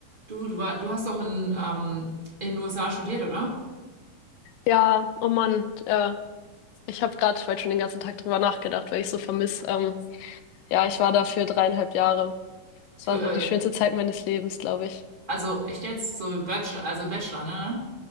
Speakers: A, on the right; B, on the left.
A: Du, du, war, du hast doch in, ähm, in den USA studiert, oder?
B: Ja, oh Mann, äh, ich habe gerade heute schon den ganzen Tag drüber nachgedacht, weil ich so vermiss. Ähm, ja, ich war da für dreieinhalb Jahre.
A: Für,
B: Es war so
A: äh,
B: die schönste Zeit meines Lebens, glaube ich.
A: also echt jetzt? So Bachelor, also Bachelor, ne?